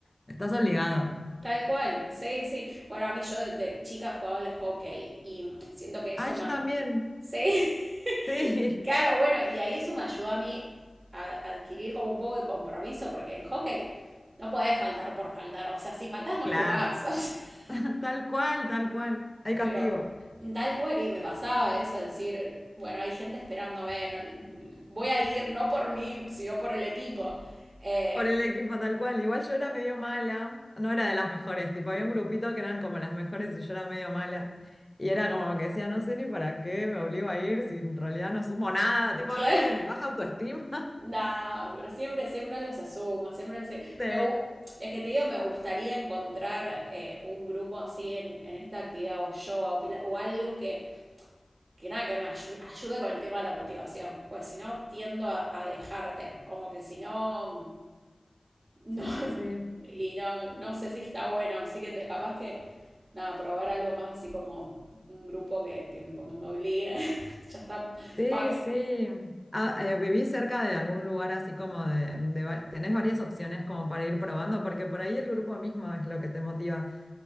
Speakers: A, on the left; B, on the right.
A: estás obligado.
B: Tal cual, sí, sí. Bueno, a mí yo de, de chica jugaba al hockey y siento que eso
A: Ay,
B: me...
A: yo también.
B: Sí,
A: Sí,
B: <laughs> claro, bueno, y ahí eso me ayudó a mí a adquirir como un poco de compromiso, porque en hockey no podés faltar por faltar. O sea, si faltás, no
A: <laughs> claro.
B: jugás. <laughs>
A: Tal cual, tal cual. Hay castigo.
B: Pero tal cual, y me pasaba eso, decir, bueno, hay gente esperándome, no- voy a ir no por mí, sino por el equipo. Eh,
A: Por el equipo tal cual. Igual yo era medio mala, no era de las mejores, tipo había un grupito que eran como las mejores y yo era medio mala. Y era como que decía, no sé ni para qué me obligo a ir si en realidad no sumo nada, tipo
B: <laughs> claro,
A: re baja autoestima. <laughs>
B: nah, pero siempre, siempre los asuma, siempre los-
A: Sí,
B: me es que te digo, me gustaría encontrar eh, un grupo así en, en esta actividad o yoga o, o algo que, que nada, que me ayu- ayude con el tema de la motivación, pues si no tiendo a, a dejarte, como que si no No,
A: sí,
B: <laughs>
A: sí, sí.
B: y no, no sé si está bueno, así que te capaz que, nada, probar algo más así como un grupo que, que me, como me obligue. <laughs> Ya está,
A: Sí,
B: pagué.
A: sí. Ah, eh, ¿viví cerca de algún lugar así como de, de va- tenés varias opciones como para ir probando? Porque por ahí el grupo mismo es lo que te motiva.